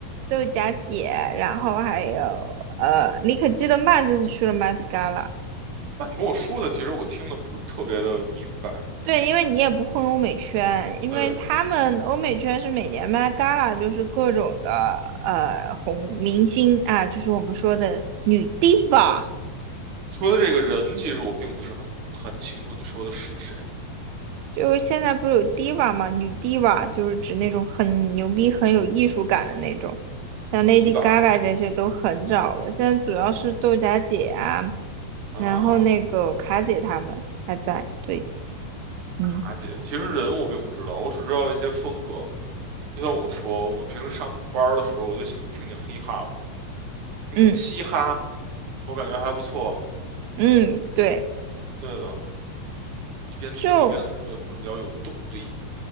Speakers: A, on the right; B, on the right.
A: 豆荚姐，然后还有呃，李可基德曼这次去了麦当 a
B: <laughs> 那你跟我说的其实我听的不是特别的明白。
A: 对，因为你也不混欧美圈，因为他们欧美圈是每年
B: 对，
A: Met gala 就是各种的呃红明星啊，就是我们说的女 diva。
B: 说的这个人其实我并不是很很清楚你说的是谁。
A: 就是现在不是有 diva 嘛，女 diva 就是指那种很牛逼、很有艺术感的那种，像 Lady
B: 第一把
A: Gaga 这些都很早了。现在主要是豆荚姐啊，
B: 啊，
A: 然后那个卡姐她们还在。对，嗯
B: 卡姐，其实人我并不知道，我只知道一些风格。就像我说，我平时上班儿的时候我就喜欢听听 hip hop，听听嘻哈，
A: 嗯
B: 我感觉还不错。
A: 嗯，对，
B: 对的，一边听一边做就会比较有动力。
A: 就